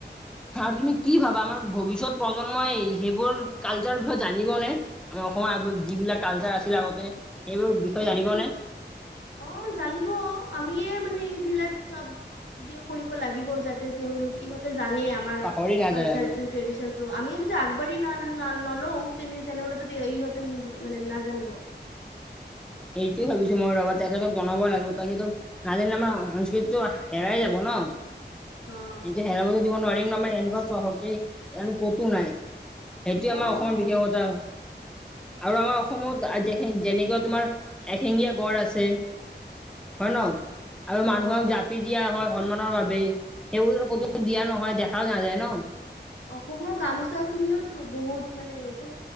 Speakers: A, in the centre; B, on the left.
A: আৰু তুমি কি ভাবা আমাৰ ভৱিষ্যত প্ৰজন্মই সেইবোৰ কালচাৰৰ বিষয়ে জানিব নে? অসমৰ আ যিবিলাক কালচাৰ আছিল আগতে এইবোৰ বিষয়ে
B: সেইটো
A: জানিবনে?
B: অ জানিব আমিয়ে মানে এইবিলাক চব ইয়ে কৰিব লাগিব যাতে তেওঁলোক ইহঁতে জানে আমাৰ
A: পাহৰি নাযায়
B: কালচাৰ
A: আৰু
B: টো ট্ৰেডিচন টো আমিয়ে যদি আগবাঢ়ি না না নলও তেনে তেনেহলেটো ইহঁতে মানে নাজানিব <inaudible>
A: এইটোয়ে ভাবিছোঁ মই ৰবা তেখেতক জনাব লাগিব তেখেতক নাজানিলে আমাৰ সংস্কৃতিটো হেৰাই যাব ন অ
B: অ'
A: এইটো হেৰাবটো দিব নোৱাৰিম ন আমি এনেকুৱা চহকী আৰু ক'তো নাই সেইটোৱে আমাৰ
B: অ'
A: অসমৰ বিশেষতা আৰু আমাৰ অসমত যে যেনেকুৱা তোমাৰ এশিঙীয়া গড় আছে হয় নহয় আৰু মানুহক
B: অ'
A: জাপি দিয়া হয় সন্মানৰ বাবেই সেইবোৰতো ক'তো
B: অ'
A: দিয়া নহয় দেখাও নাযায় ন
B: অসমৰ গামোচা খিনিও ত বহুত মানে এইটো